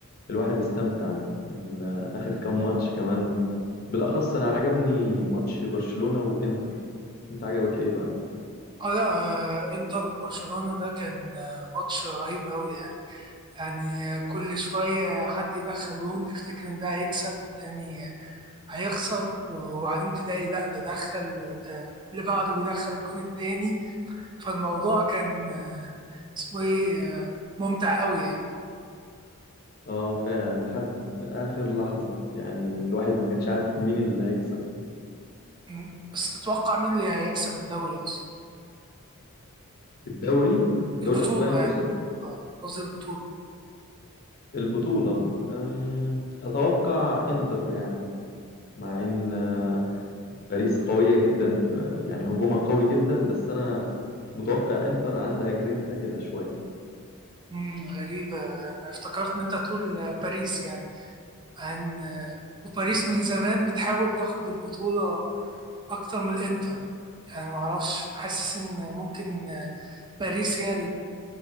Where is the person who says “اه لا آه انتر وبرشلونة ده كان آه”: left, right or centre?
Right